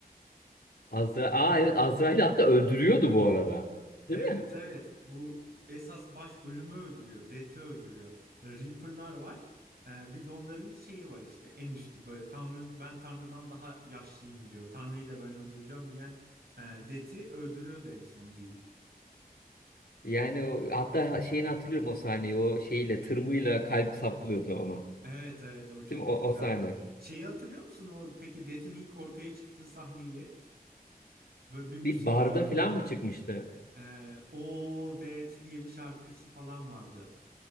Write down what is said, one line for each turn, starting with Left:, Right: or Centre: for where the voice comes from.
Left: Azra Aa evet Azrail'i hatta öldürüyordu bu arada. Değil
Right: Evet
Left: mi?
Right: evet bu esas baş ölümü öldürüyor. Death'i öldürüyor. Reaper'lar var. Ee, bir de onların şeyi var işte en üstü böyle Tanrı ben Tanrı'dan daha yaşlıyım diyor. Tanrı'yı da ben öldüreceğim diyen e, Death'i öldürüyor da en son Dean.
Left: Yani o, hatta ha- şeyini hatırlıyorum o sahneyi. O şeyle tırmıyla kalp saplıyordu ona.
Right: Evet evet o çok
Left: Değil mi? O,
Right: güzeldi.
Left: o sahne.
Right: Şeyi hatırlıyor musun o peki Death'in ilk ortaya çıktığı sahneyi? Böyle bir müzik
Left: Bir barda
Right: giriyor.
Left: falan mı çıkmıştı?
Right: Ee, o Dead diye bir şarkısı falan vardı.